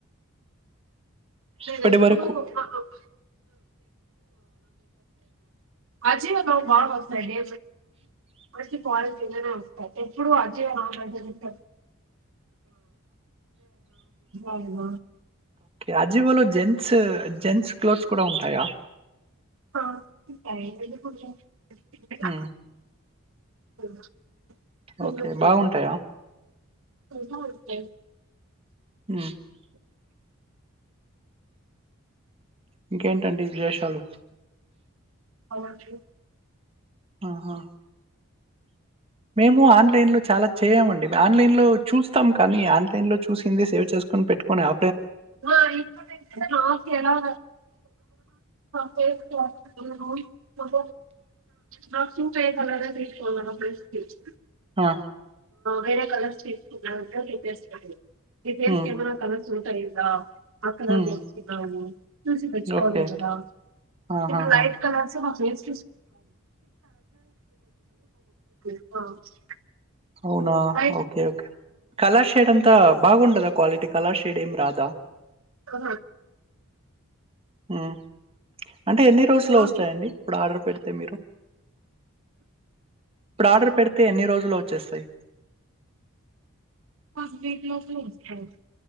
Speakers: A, on the right; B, on the right.
A: <unintelligible>
B: ఇప్పటి వరకు
A: అజియాలో బాగా వస్తాయి అండి మంచి క్వాలిటీ ఎప్పుడు ఆ జియోని అజియో అయినా మింత్రా ఆయన
B: అజీవో లో జెంట్స్ జెంట్స్ క్లోత్స్ కూడా ఉంటాయా
A: <unintelligible>
B: ఆ
A: అ
B: ఓకే బాగుంటాయా
A: <unintelligible>
B: ఆ ఇంకేంటండి విశేషాలు
A: <unintelligible>
B: ఆహా మేము ఆన్లైన్ లో చాలా చేయమండి మేము ఆన్లైన్ లో చూస్తాం కానీ ఆన్లైన్ లో చూసింది సేవ్ చేసుకొని పెట్టుకుని ఆ
A: ఇ మా ఎ మా ఫేస్ మ నాసపే కలరే తీసుకోవాల ఫేస్
B: ఆ
A: వేరే కలర్స్ ఫులా బద్ద రపిస్త ఇ ఫేస్
B: ఉమ్,
A: కెమెరా కవ ఉంటా అ ఆ కలర్
B: ఉమ్,
A: గట్ని చూసి తెచ్చుకోవాలి
B: ఓకే
A: కదా
B: ఆహాహా.
A: ఇప్పుడు లైట్ కలర్స్ మా ఫేస్ <unintelligible>
B: అవునా
A: light
B: okay okay colour shade అంతా బాగుండద క్వాలిటీ కలర్ షేడ్ ఏం రాదా
A: హ
B: ఆ అంటే ఎన్ని రోజ్స్
A: అట్లా
B: లో వస్తాయండి ఆర్డర్ పెడితే మీరు ఇప్పుడు ఆర్డర్ పెడితే ఎన్ని రోజులు వచ్చ చ్చేస్తయి
A: ఫస్ట్ వీక్ లోపల వస్తాయ్